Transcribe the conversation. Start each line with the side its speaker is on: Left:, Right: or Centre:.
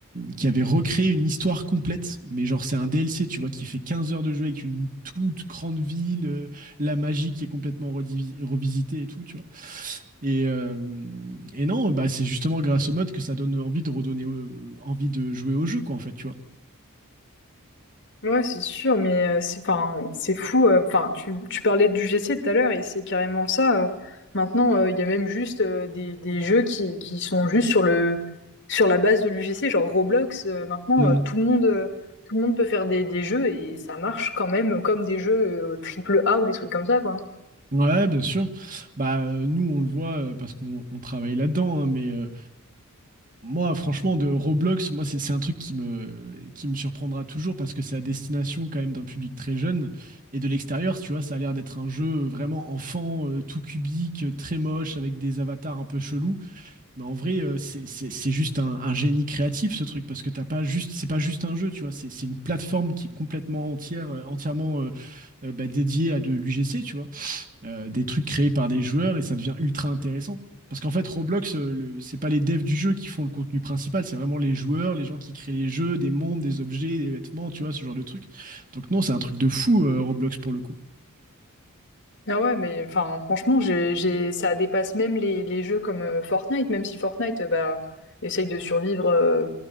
Right: qui avait recréé une histoire complète, mais genre c'est un DLC, tu vois, qui fait 15 heures de jeu avec une toute grande ville, euh, la magie qui est complètement redivi- revisitée et tout, tu vois. Et, euh, et non, bah c'est justement grâce au mode que ça donne envie de redonner au- envie de jouer au jeu, quoi, en fait, tu vois.
Left: Ouais, c'est sûr, mais euh, c'est 'fin, c'est fou. euh, Enfin, tu, tu parlais du G GC tout à l'heure et c'est carrément ça. euh. Maintenant, euh, il y a même juste euh, des, des jeux qui, qui sont juste sur le sur la base de l'UGC, genre Roblox. euh, maintenant,
Right: Mm.
Left: euh, tout le monde euh, tout le monde peut faire des, des jeux et ça marche quand même comme des jeux euh, triple A ou des trucs comme ça, quoi.
Right: Ouais, bien sûr. Bah, euh, nous, on le voit euh, parce qu'on on travaille là-dedans. hein, mais euh, moi, franchement, de Roblox, moi, c'est c'est un truc qui me, qui me surprendra toujours parce que c'est à destination quand même d'un public très jeune. Et de l'extérieur, tu vois, ça a l'air d'être un jeu vraiment enfant, euh, tout cubique, euh, très moche, avec des avatars un peu chelous. Mais en vrai, euh, c'est c'est- c'est juste un, un génie créatif ce truc parce que t'as pas juste, c'est pas juste un jeu, tu vois, c'est c'est une plateforme qui est complètement entière, euh, entièrement euh, euh, bah, dédiée à de l'UGC, tu vois, Euh, des trucs créés par des joueurs et ça devient ultra intéressant. Parce qu'en fait, Roblox, euh, le- c'est pas les devs du jeu qui font le contenu principal, c'est vraiment les joueurs, les gens qui créent les jeux, des mondes, des objets, des vêtements, tu vois, ce genre de truc. Donc non, c'est un truc de fou, euh, Roblox pour le coup.
Left: Ah ouais, mais enfin, franchement, j'ai, j'ai, ça dépasse même les, les jeux comme euh, Fortnite, même si Fortnite, euh, bah, essaye de survivre euh,